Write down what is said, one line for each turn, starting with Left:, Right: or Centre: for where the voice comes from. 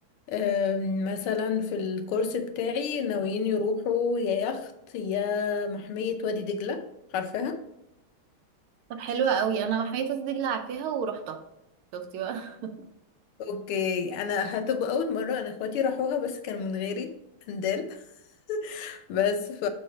Left: آه مثلا في الكورس بتاعي ناويين يروحوا يا يخت يا محميه وادي دجله عارفاها
Right: طب حلوه قوي انا محميه وسط دجله عارفاها ورحتها شفتي بقى <laughs>
Left: اوكي انا هتبقى اول مره انا اخواتي راحوها بس كانوا من غيري اندال <laughs> بس ف...